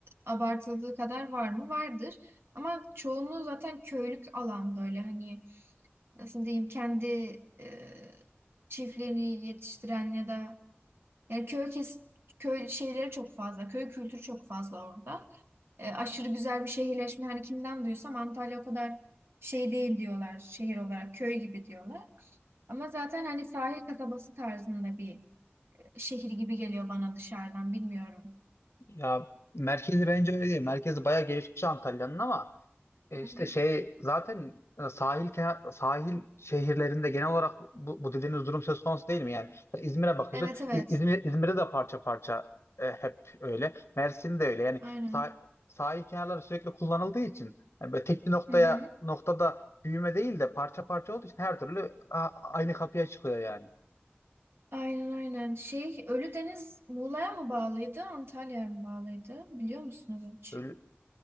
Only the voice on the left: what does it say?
Ya merkezi bence öyle değil. Merkezi bayağı gelişmiş Antalya'nın ama e, işte
şey zaten e, sahil kenar- sahil şehirlerinde genel olarak bu, bu dediğiniz durum söz konusu değil mi yani? İzmir'e bakıyorsun.
İz- İzmir, İzmir'de de parça parça e, hep öyle. Mersin de öyle. Yani
sah- sahil kenarları sürekli kullanıldığı için yani böyle tek bir noktaya
noktada büyüme değil de parça parça olduğu için her türlü a- aynı kapıya çıkıyor yani.
Ölü,